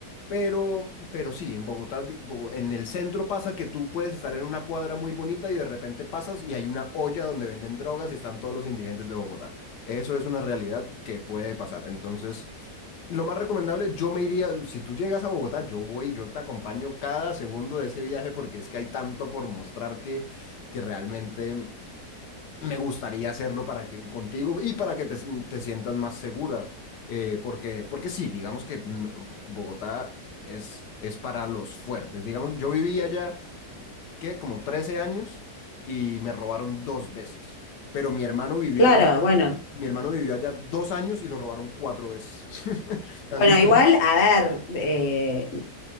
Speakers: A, on the left; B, on the left.
A: pero, pero sí, en Bogotá, di- Bogo- en el centro pasa que tú puedes estar en una cuadra muy bonita y de repente pasas y hay una olla donde venden drogas y están todos los indigentes de Bogotá. Eso es una realidad que puede pasar. Entonces, lo más recomendable, yo me iría, si tú llegas a Bogotá, yo voy, yo te acompaño cada segundo de ese viaje porque es que hay tanto por mostrar que, que realmente me gustaría hacerlo para que, contigo y para que te, te sientas más segura. eh, porque, porque sí, digamos que no- Bogotá es, es para los fuertes. Digamos, yo viví allá, ¿qué? Como 13 años y me robaron dos veces. Pero mi hermano vivió
B: Claro,
A: allá,
B: bueno,
A: mi hermano vivió allá dos años y lo robaron cuatro veces. <laughs>
B: bueno,
A: Así
B: igual,
A: que
B: a ver, eh,